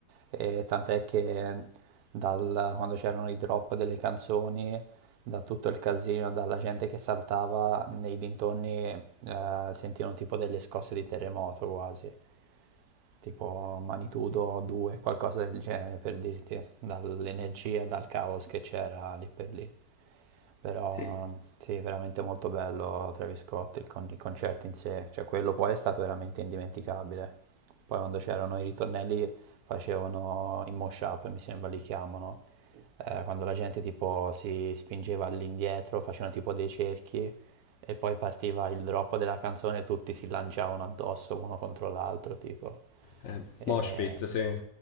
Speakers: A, on the right; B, on the left.
A: E tant'è che dal- quando c'erano i drop delle canzoni, da tutto il casino, dalla gente che saltava nei dintorni, eh, sentivano tipo delle scosse di terremoto quasi tipo magnitudo 2, qualcosa del genere per dirti, dall'energia, dal caos che c'era lì per lì. Però
B: Sì.
A: sì, veramente molto bello Travis Scott, il, con- i concerti in sé, cioè quello poi è stato veramente indimenticabile. Poi quando c'erano i ritornelli facevano i mosh up, mi sembra li chiamano, eh, quando la gente tipo si spingeva all'indietro, facevano tipo dei cerchi e poi partiva il drop della canzone e tutti si lanciavano addosso uno contro l'altro, tipo.
B: Eh,
A: E...
B: Moshpit, sì. Eh,